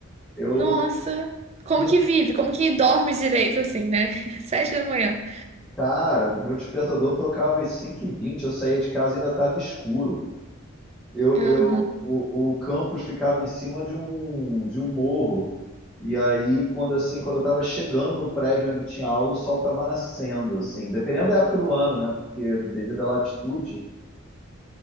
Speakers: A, in the centre; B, on the right (about 30°).
A: Eu,
B: Nossa, como
A: não,
B: que vive? Como que dorme direito assim, né? <laughs> Sete da manhã.
A: cara, meu despertador tocava às cinco e vinte, eu saía de casa e ainda estava escuro. Eu,
B: Aham.
A: eu, o, o campus ficava em cima de um, de um morro. E aí, quando assim, quando eu estava chegando no prédio onde tinha aula, o sol estava nascendo, assim, dependendo da época do ano, né? Porque devido à latitude,